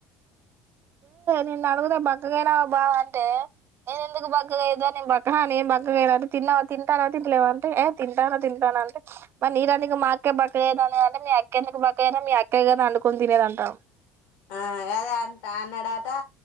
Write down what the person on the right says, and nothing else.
నేను అడుగుతేా బక్కగయినా బావ అంటే నేను ఎందుకు బక్కగాఐతే నేను బక నే బక్కగ తన్నా తింటాన తిలేవు అంటే. ఏ తింటాన తింటాన అంటే మరి నీకన్నా ఇంకా మాకే బక్కగాయితనది అంటే మీ అక్క ఎందుకు బక్కయినా మీ అక్క గాధ వండుకొని తినేది అంటాం